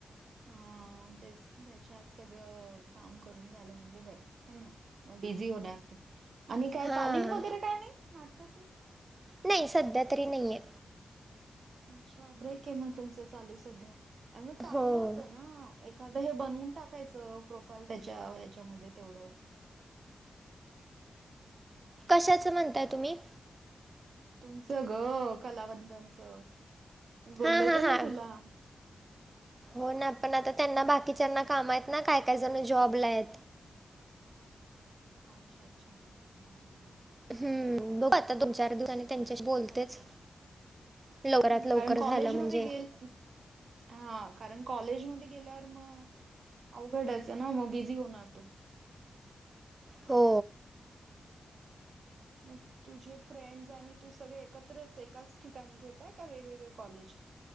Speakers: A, on the right; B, on the right.
A: हा तेच त्याच्यात सगळं काम करून झालं म्हणजे बर हो ना मग बिझी होणार तू. आणि काय
B: हां
A: तालीम वगैरे काय नाही नाटकाची.
B: नाही सध्या तरी नाहीये.
A: अच्छा ब्रेक आहे मग तुमच चालू सध्या, अरे मग चांगलं
B: हो
A: होत ना. एखादं हे बनवून टाकायचं प्रोफाईल त्याच्या याच्यामध्ये तेवढं.
B: कशाच म्हणताय तुम्ही.
A: तुमचं ग कलावंदनच, मी बोलले
B: हां हां
A: होते
B: हां
A: ना तुला.
B: हो ना पण आता त्यांना बाकीच्याना काम आहेत, ना काय काय जण जॉबला आहेत.
A: अच्छा, अच्छा, हम्म.
B: हम्म,
A: अवघडच
B: बघु आता
A: आहे
B: दोन, चार दिवसांनी त्यांच्याशी बोलतेच. लवकरात
A: हम्,
B: लवकर
A: कारण कॉलेजमध्ये
B: झालं म्हणजे
A: गेल हा कारण कॉलेजमध्ये गेल्यावर, मग अवघडच ना मग बिझी होणार तू.
B: हो
A: मग तुझे फ्रेंड्स आणि तू सगळे एकत्रच एकाच ठिकाणी घेताय का वेगवेगळे कॉलेज.